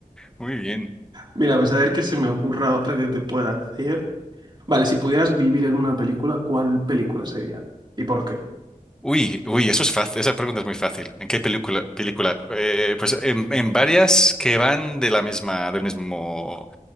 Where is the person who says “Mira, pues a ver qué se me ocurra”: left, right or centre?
Right